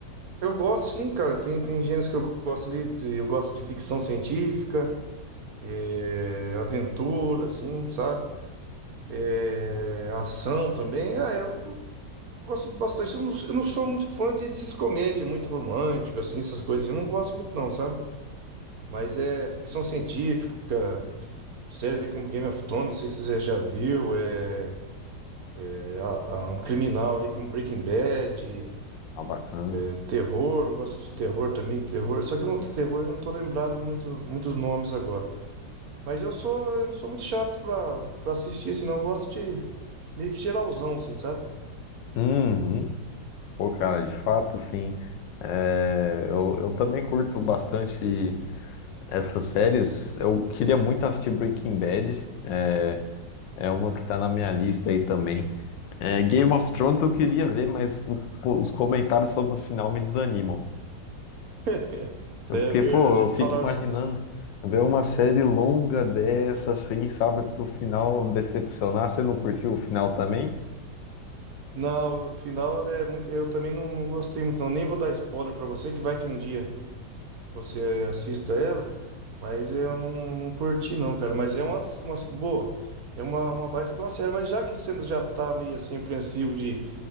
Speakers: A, on the right; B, on the left.
A: eu gosto sim, cara. Tem, tem gêneros que eu gosto ali, de, eu gosto de ficção científica. é, aventura, assim, sabe? É, ação também. Ah, eu gosto de bastante. Eu não, eu não sou muito fã desses comédia, muito romântico, assim, essas coisas. Eu não gosto muito, não, sabe? Mas é ficção científica, séries ali como Game of Thrones, não sei se você já viu, é, é, a- a- um criminal ali como Breaking Bad,
B: Ah, bacana.
A: é, terror, eu gosto de terror também, terror. Só que eu não- terror eu não tô lembrado muito, muitos nomes agora. Mas eu sou, eu não sou muito chato pra, pra assistir, assim, não. Eu gosto de meio que geralzão, assim, sabe?
B: Uhum. Pô, cara, de fato, assim, é, eu, eu também curto bastante essas séries. Eu queria muito assistir Breaking Bad, é, é uma que tá na minha lista aí também. É, Game of Thrones eu queria ver, mas o- os comentários sobre o final me desanimam.
A: <laughs>
B: Eu-
A: É
B: Porque,
A: verdade,
B: pô, eu
A: de
B: fico
A: falar
B: imaginando
A: sobre isso.
B: ver uma série longa dessa, assim, sabe, pro final decepcionar. Você não curtiu o final também?
A: Não, o final é muito. Eu também não, não gostei muito, não. Nem vou dar spoiler pra você, que vai que um dia você eh, assista ela, mas eu não, não curti, não, cara. Mas é uma, uma boa, é uma, uma baita de uma série. Mas já que você já tá meio assim, apreensivo de,